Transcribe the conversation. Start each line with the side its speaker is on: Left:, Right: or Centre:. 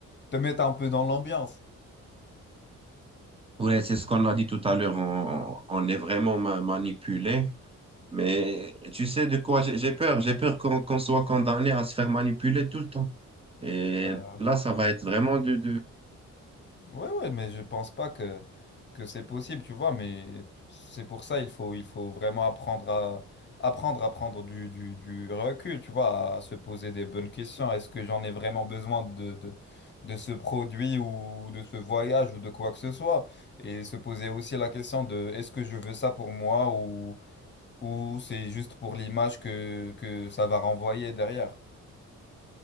Left: te mettent un peu dans l'ambiance.
Right: Oui c'est ce qu'on a dit tout à l'heure. On, on est vraiment ma- manipulé. Mais tu sais de quoi j'ai j'ai peur. J'ai peur qu'on qu'on soit condamné à se faire manipuler tout le temps. Et
Left: Ouais.
Right: là, ça va être vraiment dur
Left: Ouais, ouais, mais je pense pas que, que c'est possible, tu vois, mais c'est pour ça il faut, il faut vraiment apprendre à, apprendre à prendre du, du, du recul, tu vois, à se poser des bonnes questions. Est-ce que j'en ai vraiment besoin de, de, de ce produit ou de ce voyage ou de quoi que ce soit? Et se poser aussi la question de est-ce que je veux ça pour moi ou, ou c'est juste pour l'image que, que ça va renvoyer derrière?